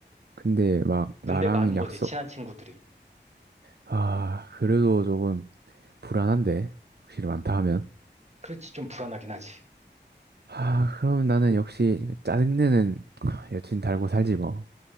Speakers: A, on the right (about 60°); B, on the right (about 35°).
A: 근데 막 나랑
B: 근데 많은 거지,
A: 약속
B: 친한 친구들이.
A: 아, 그래도 조금 불안한데. 확실히 많다 하면.
B: 그렇지, 좀 불안하긴 하지.
A: 아, 그럼 나는 역시 짜증내는 <tsk> 여친 달고 살지 뭐.